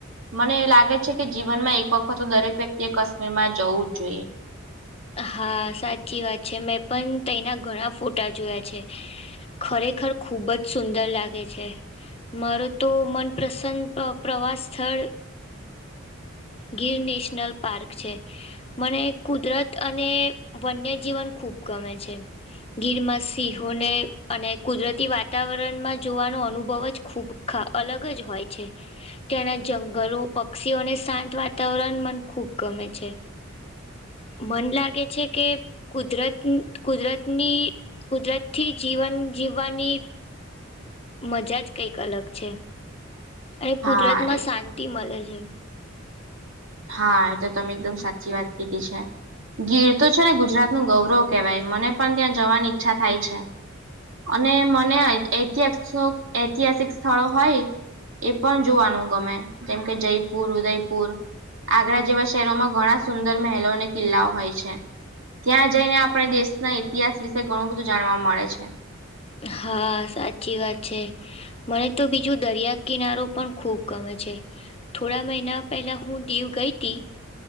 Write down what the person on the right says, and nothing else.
મને લાગે છે કે જીવનમાં એક વખત તો દરેક વ્યક્તિએ કાશ્મીરમાં જવું જ જોઈએ.
હા
હા, એ તો તમે એકદમ સાચી વાત કીધી છે. ગીર તો છે ને ગુજરાતનું ગૌરવ કહેવાય મને પણ ત્યાં જવાની ઈચ્છા થાય છે. અને મને ઐ-એતિહાસ્થ્ય એતિહાસિક સ્થળો હોય એ પણ જોવાનું ગમે જેમ કે જયપુર, ઉદયપુર આગ્રા જેવા શહેરોમાં ઘણા સુંદર મહેલો અને કિલ્લાઓ હોય છે. ત્યાં જઈને આપડે દેશના ઇતિહાસ વિશે ઘણું બધું જાણવા મળે છે.